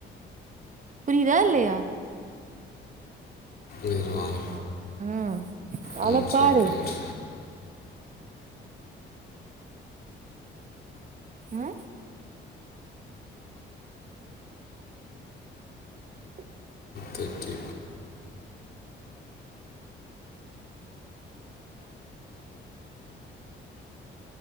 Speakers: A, on the right; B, on the left.
A: புரிதா இல்லையா
B: இரு வாரேன்
A: ம்
B: உம்
A: அத
B: சட்
A: பாரு
B: ரேட்
A: ஆ உஹ்
B: தர்ட்டி